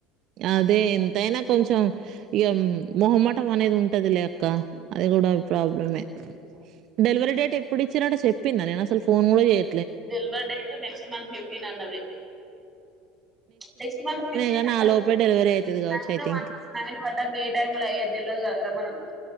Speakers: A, on the right; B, on the right.
A: అదే ఎంతైన కొంచెం ఇగ మొహమటం అనేది ఉంటదిలే అక్క అది గూడా ప్రాబ్లమే డెలివరీ డేట్ ఎప్పుడు ఇచ్చిర్రట చెప్పిందా నేను అసలు ఫోన్ గుడా చేయ
B: delivery date next month fifteen అన్నది నెక్స్ మంత్ <unintelligible>
A: గానీ ఆ లోపే డెలివరీ అయితది గావచ్చు ఐ థింక్.
B: ఏ టైమ్లా అయేద్ తెల్వదు గదరా మనకు